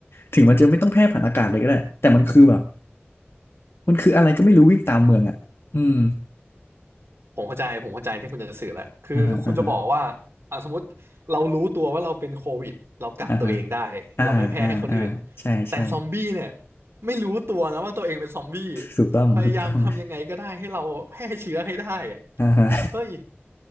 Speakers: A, on the left (about 65°); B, on the right (about 75°).
A: ถึงมันจะไม่ต้องแพร่ผ่านอากาศเลยก็ได้แต่มันคือแบบมันคืออะไรก็ไม่รู้วิ่งตามเมืองอ่ะอืม
B: ผมเข้าใจผมเข้าใจที่คุณจะสื่อแล้วคือคุณจะบอกว่าอ่ะสมมติเรารู้ตัวว่าเราเป็นโควิดเรากักตัวเองได้เราไม่แพร่ให้คนอื่น
A: อ่าฮะอ่าฮะอ่าฮะอ่าอ่าอ่าใช่ใช่
B: แต่ซอมบี้เนี่ยไม่รู้ตัวนะว่าตัวเองเป็นซอมบี้
A: ถูกต้องถูกต้อง
B: พยายามทำยังไงก็ได้ให้เราแพร่เชื้อให้ได้อะ
A: อ่าฮะ
B: เฮ้ย